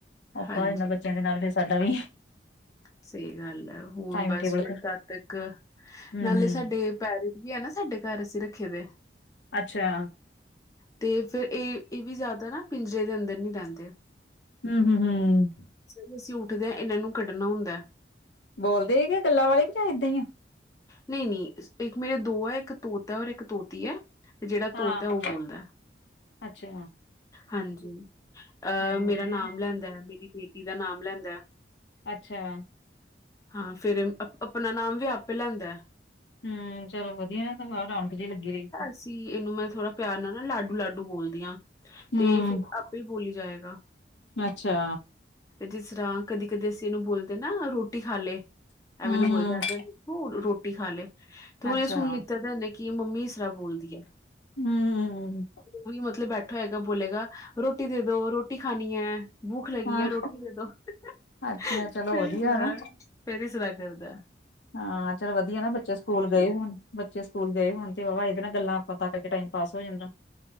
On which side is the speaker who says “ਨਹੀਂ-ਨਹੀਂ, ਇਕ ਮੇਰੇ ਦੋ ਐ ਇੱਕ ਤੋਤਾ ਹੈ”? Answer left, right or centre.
Left